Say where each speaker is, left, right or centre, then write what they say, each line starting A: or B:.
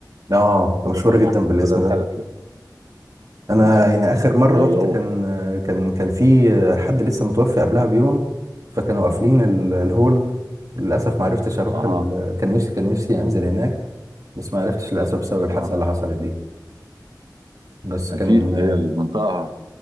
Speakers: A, on the right; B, on the right.
A: اه
B: سابقا
A: مشهورة
B: يعني
A: جدا بالاسم
B: ولا زالت
A: ده
B: لا
A: انا
B: مظبوط
A: يعني اخر مرة
B: ولو
A: رحت كان كان كان في حد لسه متوفي قبلها بيوم فكانوا قافلين ال- الهول للاسف ما عرفتش اروح
B: اها
A: ال... كان نفسي كان نفسي انزل هناك بس ما عرفتش للاسف بسبب الحادثة
B: اها
A: اللي حصلت دي بس
B: اكيد
A: كان
B: هي المنطقه